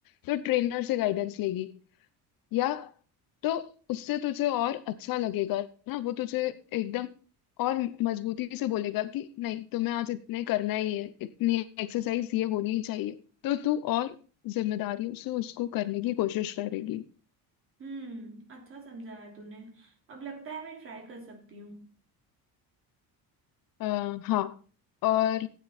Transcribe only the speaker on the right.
हम्म अच्छा समझाया है तूने अब लगता है मैं ट्राई कर सकती हूँ